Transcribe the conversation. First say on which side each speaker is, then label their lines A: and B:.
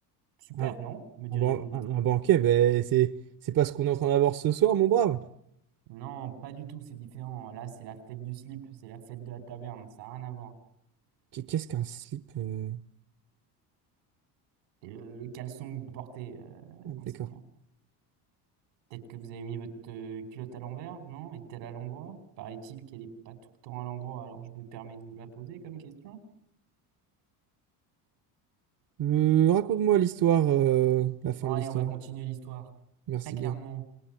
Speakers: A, on the right (about 85°); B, on the right (about 45°).
A: Super,
B: Ah,
A: non? Me diriez-vous?
B: un, ban- un- un banquet, ben, c'est, c'est pas ce qu'on est en train d'avoir ce soir, mon brave.
A: Non, pas du tout, c'est différent. Là, c'est la fête du slip, c'est la fête de la taverne, ça n'a rien à voir.
B: Qu- Qu'est-ce qu'un slip euh,
A: Et le, le caleçon que vous portez, euh,
B: ah,
A: monseigneur.
B: d'accord.
A: Peut-être que vous avez mis votre euh, culotte à l'envers, non? Est-elle à l'endroit? Paraît-il qu'elle n'est pas tout le temps à l'endroit, alors je me permets de vous la poser comme question.
B: Euh, raconte-moi l'histoire, euh, la fin
A: Bon,
B: de
A: allez,
B: l'histoire.
A: on va continuer l'histoire.
B: Merci
A: Très clairement,
B: bien.